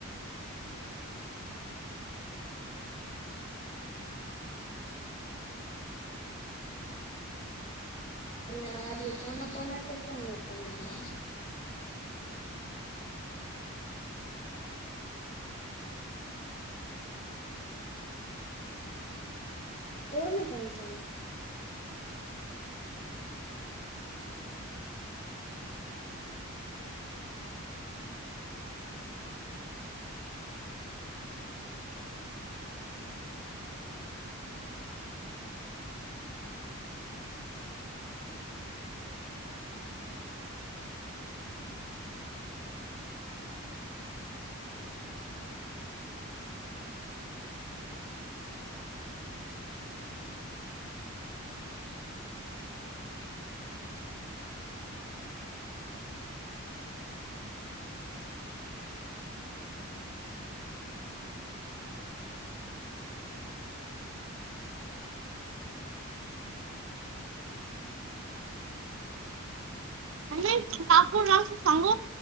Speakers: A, on the left; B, on the right.
A: कोना कोणाचा फोन येता मला. कोण चा येतोय
B: आणि कापूर लावू सांगू